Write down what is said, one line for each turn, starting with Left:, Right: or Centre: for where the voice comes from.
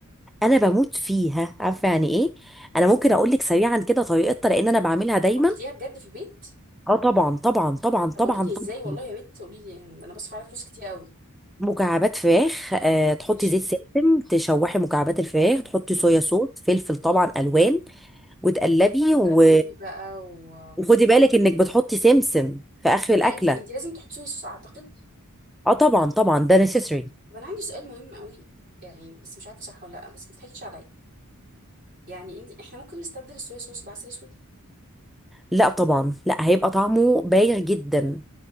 Centre: انا بموت فيها عارفه يعني ايه انا ممكن اقول لك سريعا كده طريقتها لان انا بعملها دايما
Right: عملتيها بجد في البيت
Centre: اه طبعا طبعا طبعا طبعا
Right: طب قولي لي
Centre: طبعا
Right: ازاي والله يا بنت قولي لي يعني انا بصرف عليها فلوس كتير قوي
Centre: مكعبات فراخ آه، تحطي
Right: ماشي
Centre: زيت سمسم تشوحي مكعبات الفراخ تحطي
Right: مم.
Centre: صويا صوص فلفل طبعا الوان وتقلبي
Right: وتقلبي
Centre: و...
Right: بقى و
Centre: وخدي بالك انك بتحطي سمسم في اخر
Right: الفكره
Centre: الاكله
Right: انت انت لازم تحطي صويا صوص اعتقد
Centre: اه طبعا طبعا ده نسيسري
Right: طب انا عندي سؤال مهم قوي يعني بس مش عارفه صح ولا لا بس ما تضحكيش عليا يعني انت احنا ممكن نستبدل الصويا صوص بعسل اسود
Centre: لا طبعا لا هيبقى طعمه باهر جدا